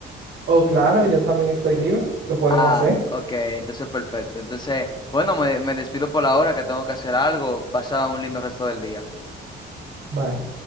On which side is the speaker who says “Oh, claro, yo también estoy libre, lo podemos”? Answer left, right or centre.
Right